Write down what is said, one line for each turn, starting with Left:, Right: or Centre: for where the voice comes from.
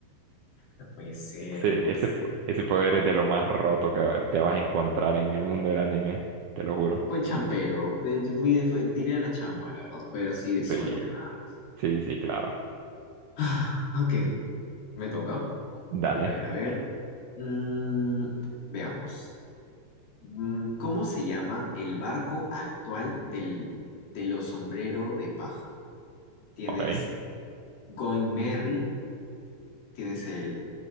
Left: No puede ser,
Right: Ese,
Left: no puede
Right: ese,
Left: ser.
Right: po- ese poder es de lo más roto que te vas a encontrar en el mundo del anime, te lo juro.
Left: Fue champero. Eh, yo Fui, de- fue- tiré a la champa, la verdad. Fue así de suerte,
Right: Sí,
Left: nada más.
Right: sí, sí, claro.
Left: <sighs> Ok, me toca.
Right: Dale,
Left: A ver, a ver. Mm, veamos. Mm, ¿cómo se llama el barco actual del, de los sombrero de paja? Tienes
Right: ok.
Left: Going Merry, tienes el